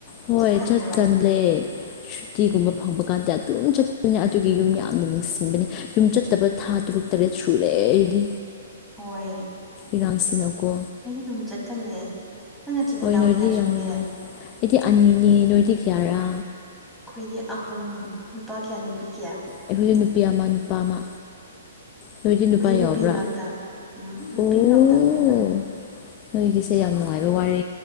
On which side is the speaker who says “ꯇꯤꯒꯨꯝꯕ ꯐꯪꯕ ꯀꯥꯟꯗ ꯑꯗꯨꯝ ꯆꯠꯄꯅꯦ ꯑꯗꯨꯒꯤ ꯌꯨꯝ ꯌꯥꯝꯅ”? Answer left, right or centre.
Left